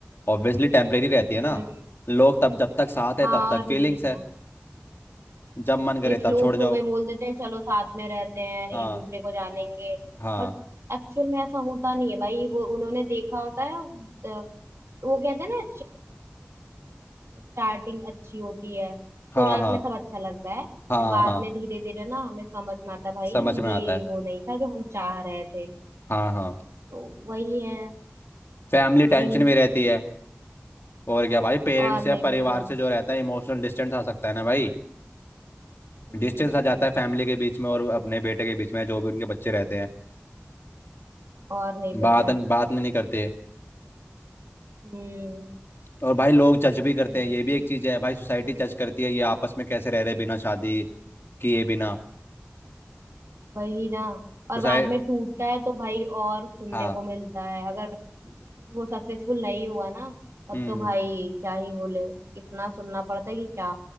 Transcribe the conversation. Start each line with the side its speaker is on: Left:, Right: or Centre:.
Left: ऑब्वियसली टेम्परेरी रहती है ना
Right: हम्म
Left: लोग तब जब तक साथ है
Right: हाँ
Left: तब तक
Right: और नहीं
Left: फीलिंग्स
Right: तो क्या
Left: है जब मन करे
Right: ये फ्लो
Left: तब छोड़
Right: फ्लो
Left: जाओ
Right: में बोल देते हैं चलो साथ में रहते हैं एक
Left: हाँ
Right: दूसरे को जानेंगे
Left: हाँ
Right: बट एक्चुअल में ऐसा होता नहीं है भाई वो उन्होंने देखा होता है अ, वो कहते हैं ना स्टार्टिंग अच्छी होती है शुरुआत
Left: हाँ हाँ
Right: में सब अच्छा लगता है
Left: हाँ
Right: बट बाद
Left: हाँ
Right: में धीरे धीरे ना हमें समझ में आता है, भाई
Left: समझ में
Right: ये
Left: आता है
Right: वो नहीं था जो हम चाह रहे थे
Left: हाँ हाँ
Right: तो वही है
Left: फैमिली टेंशन
Right: दू
Left: में रहती है और क्या भाई पेरेंट्स
Right: और नहीं
Left: या परिवार
Right: तो क्या
Left: से जो रहता है इमोशनल डिस्टेंस आ सकता है ना भाई
Right: हम्म
Left: डिस्टेंस
Right: हम्म
Left: आ जाता
Right: हम्म
Left: है फैमिली के बीच में और अपने बेटे के बीच में जो भी उनके बच्चे रहते हैं
Right: और नहीं तो
Left: बात
Right: क्या
Left: बात नहीं करते
Right: हम्म
Left: और भाई लोग जज भी करते
Right: ये
Left: हैं ये भी एक चीज़ है भाई सोसाइटी जज करती है ये आपस में कैसे रह रहे बिना शादी किए बिना
Right: वही ना और
Left: सोसाइटी
Right: बाद में टूटता है तो भाई और सुनने
Left: हाँ
Right: को मिलता है अगर वो सक्सेसफुल नहीं हुआ ना तब
Left: हम्म
Right: तो
Left: हम्म।
Right: भाई क्या ही बोले इतना सुनना पड़ता है कि क्या